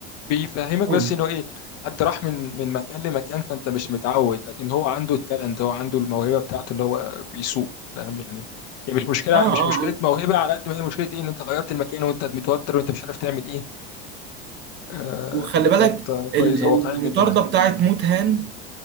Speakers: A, on the left; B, on the right.
A: بيفهمك
B: اه
A: بس انه ايه حد راح من من مكان لمكان فانت مش متعود لكن هو عنده التالنت هو عنده الموهبه بتاعته ان هو بيسوق فاهم يعني هي مش مشكله
B: اه آه.
A: مش مشكله موهبه على قد ما هي مشكله ايه ان انت غيرت المكان وانت متوتر وانت مش عارف تعمل ايه آه
B: وخلي
A: فكانت
B: بالك
A: آه،
B: ال-
A: كويسه
B: المطارده
A: واقعيه جدا يعني
B: بتاعت موت هان